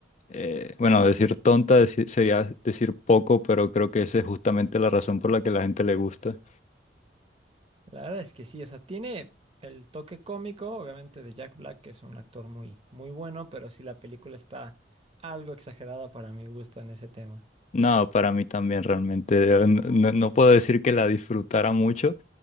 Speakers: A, on the left (about 40°); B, on the right (about 30°).
A: Eh, bueno, decir tonta deci- sería decir poco, pero creo que esa es justamente la razón por la que la gente le gusta.
B: La verdad es que sí, o sea, tiene el toque cómico, obviamente, de Jack Black, que es un actor muy, muy bueno, pero sí la película está algo exagerada para mi gusto en ese tema.
A: No, para mí también realmente. eh, No, no- no puedo decir que la disfrutara mucho.